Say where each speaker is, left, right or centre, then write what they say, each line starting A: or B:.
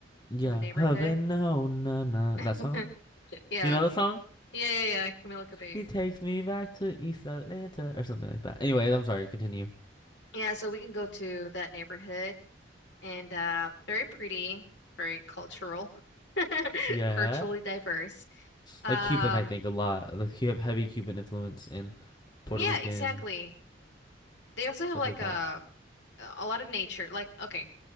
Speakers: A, on the left; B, on the left.
A: Yeah,
B: to the neighborhood?
A: Havana, oh, na na
B: <laughs>
A: that song.
B: Yeah.
A: You know the song?
B: Yeah, yeah, yeah, Camila Cabello.
A: He takes me back to East Atlanta or something like that. Anyway, I'm sorry. Continue.
B: Yeah, so we can go to that neighborhood and uh very pretty, very cultural, <laughs>
A: Yeah.
B: culturally diverse. Um
A: Like Cuban, I think a lot. Like you have heavy Cuban influence and Puerto
B: yeah,
A: Rican
B: exactly. They also have
A: stuff
B: like
A: like
B: um,
A: that.
B: a a lot of nature. Like, okay,